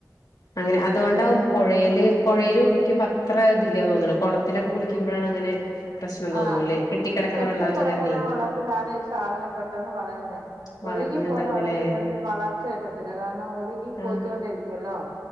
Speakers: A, on the left (about 65°); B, on the right (about 80°).
A: അങ്ങനെ അതോണ്ടാവും പൊഴേല പൊഴേല് കുളിക്ക്ബോ അത്ര ഇതില്ല തോന്ന്ണ് കുളത്തിലൊക്കെ കുളിക്കുമ്പോഴാണ് അങ്ങനെ പ്രശ്നം തോന്നണൂല്ലേ
B: ആ
A: കെട്ടിക്കിടക്കണ
B: കെട്ടിക്കിടക്കുന്ന
A: വെള്ളാവ് കാരണേ
B: വെള്ളത്തിലാണ്ഈ സാധനം പെട്ടെന്ന് വളരുന്നെ
A: വളർന്ന്
B: ഒഴുകിപ്പോകുന്ന
A: ഇണ്ടാവൂല്ലേ
B: വെള്ളത്തിൽ അതിന് വളർച്ച കിട്ടത്തില്ല കാരണം ഒഴുകി പോയിക്കൊണ്ടിരിക്കുവ
A: ആഹ്
B: ലോ